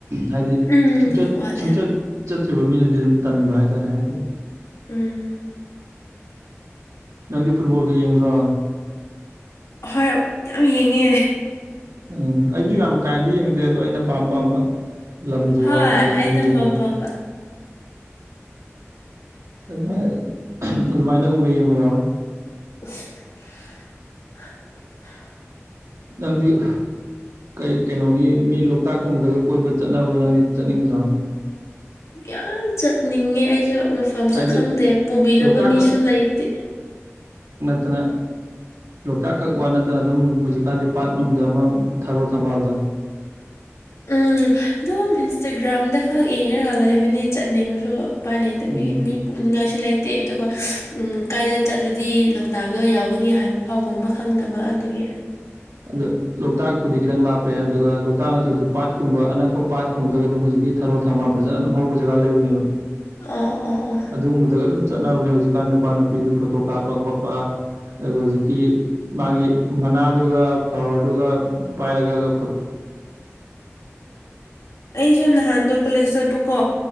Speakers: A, on the right; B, on the left.
A: ꯍꯥꯏꯗꯤ
B: ꯎꯝ
A: ꯁꯨꯡꯆꯠ
B: ꯋꯥꯗꯦ
A: ꯁꯨꯡꯆꯠ ꯆꯠꯇ꯭ꯔꯤꯕ ꯃꯤꯅꯗꯤ ꯑꯗꯨꯝ ꯇꯟꯕ ꯍꯥꯏꯇꯥꯔꯦ ꯍꯥꯏꯗꯤ
B: ꯎꯝ
A: ꯅꯪꯗꯤ ꯐꯨꯠꯕꯣꯜꯒ ꯌꯦꯡꯗ꯭ꯔꯣ
B: ꯑꯍꯣꯏ ꯌꯥꯝ ꯌꯦꯡꯉꯦ
A: ꯎꯝ ꯑꯩꯁꯨ ꯌꯥꯝ ꯀꯥꯏꯅꯗꯤ ꯌꯦꯡꯗꯦ ꯑꯗꯣ ꯑꯩꯅ ꯄꯥꯝ ꯄꯥꯝꯕ ꯂꯝꯗꯣ
B: ꯍꯣꯏ
A: ꯌꯥꯎꯔꯀꯥꯟꯗ ꯑꯗꯨꯝ
B: ꯑꯩꯅ
A: ꯌꯦꯡꯕ
B: ꯄꯥꯝ ꯄꯥꯝꯕ
A: ꯚꯥꯏ ꯑꯗꯨꯃꯥꯏꯅꯒꯨꯝꯕ ꯌꯦꯡꯕ ꯌꯥꯎꯋꯦ
B: <unintelligible>
A: ꯅꯪꯗꯤ ꯀꯩ ꯀꯩꯅꯣꯒꯤ ꯃꯤ ꯂꯣꯛꯇꯥꯛꯀꯨꯝꯕꯗꯒ ꯀꯣꯏꯕ ꯆꯠꯅꯕꯗꯣ ꯅꯪꯗꯤ ꯆꯠꯅꯤꯡꯗ꯭ꯔꯣ
B: ꯌꯥꯝ ꯆꯠꯅꯤꯡꯉꯦ ꯑꯩꯁꯨ ꯃꯐꯝꯁꯨ
A: ꯍꯥꯏꯗꯤ
B: ꯈꯪꯗꯦ ꯄꯨꯕꯤꯅꯕ
A: ꯂꯣꯛꯇꯥꯛꯈꯛ
B: ꯃꯤꯁꯨ ꯂꯩꯇꯦ
A: ꯇꯅ ꯂꯣꯛꯇꯥꯛ ꯈꯛ ꯋꯥ ꯅꯠꯇꯅ ꯑꯗꯨꯝ ꯍꯧꯖꯤꯛꯀꯥꯟꯗꯤ ꯄꯥꯠ ꯅꯨꯡꯗ ꯑꯃ ꯊꯔꯣ ꯊꯝꯕꯥꯜꯗꯣ
B: ꯎꯝ ꯑꯗꯨꯝ ꯏꯟꯁꯇꯒ꯭ꯔꯥꯝꯗ ꯈꯛ ꯌꯦꯡꯉꯒ ꯂꯩꯕꯅꯦ ꯆꯠꯅꯤꯡꯉꯁꯨ ꯎꯄꯥꯏ ꯂꯩꯇꯕꯒꯤ
A: ꯎꯝ
B: ꯃꯤ ꯄꯨꯅꯤꯡꯉꯥꯏꯁꯨ ꯂꯩꯇꯦ ꯑꯗꯨꯒ ꯎꯝ ꯀꯥꯏꯗ ꯆꯠꯂꯗꯤ ꯂꯣꯛꯇꯥꯛꯗꯣ ꯌꯥꯎꯒꯅꯤ ꯍꯥꯏꯕ ꯐꯥꯎ ꯒꯨꯝꯕ ꯈꯪꯗꯕ ꯑꯗꯨꯒꯤ
A: ꯑꯗ ꯂꯣꯛꯇꯥꯛꯄꯨꯗꯤ ꯈꯤꯇꯪ ꯂꯥꯞꯄꯦ ꯑꯗꯨꯒ ꯂꯣꯛꯇꯥꯛ ꯅꯠꯇ꯭ꯔꯁꯨ ꯄꯥꯠꯀꯨꯝꯕ ꯑꯅꯛꯄ ꯄꯥꯠ ꯀꯨꯝꯕꯗꯒ ꯑꯗꯨꯝ ꯍꯧꯖꯤꯛꯀꯤ ꯊꯔꯣ ꯊꯝꯕꯥꯝ ꯐꯖꯅ ꯑꯗꯨꯝ ꯍꯧꯕ ꯖꯒꯥ ꯂꯩꯕꯅꯦꯕ
B: ꯑꯣ ꯑꯣ ꯑꯣ
A: ꯑꯗꯨꯒꯨꯝꯕꯗꯒ ꯑꯗꯨꯝ ꯆꯠꯅꯕꯅꯦ ꯍꯧꯖꯤꯛ ꯅꯨꯄꯥ ꯅꯨꯄꯤꯗ ꯐꯣꯇꯣ ꯀꯥꯞꯄ ꯈꯣꯠꯄ ꯑꯗꯨꯒ ꯍꯧꯖꯤꯛꯀꯤ ꯃꯥꯒꯤ ꯃꯅꯥꯗꯨꯒ ꯐ꯭ꯂꯥꯋꯔꯗꯨꯒ ꯄꯥꯏꯔꯒꯒ
B: ꯑꯩꯁꯨ ꯅꯍꯥꯟꯗꯣ ꯀꯣꯂꯦꯖ ꯆꯠꯄꯀꯣ